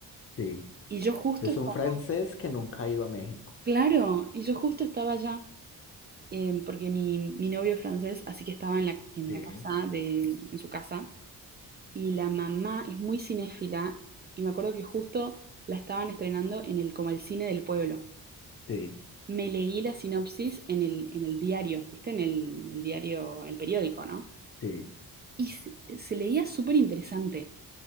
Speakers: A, on the left (about 35°); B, on the right (about 30°).
A: sí.
B: Y yo justo
A: Es
B: estaba,
A: un francés que nunca ha ido a México.
B: claro, y yo justo estaba allá, em, porque mi, mi novio es francés, así que estaba en la, en
A: Sí,
B: la casa de, en su casa, y la mamá es muy cinéfila, y me acuerdo que justo la estaban estrenando en el, como el cine del pueblo.
A: sí,
B: me leí la sinopsis en el, en el diario, ¿viste? En el, en el diario, el periódico, ¿no?
A: sí.
B: Y se, se leía súper interesante,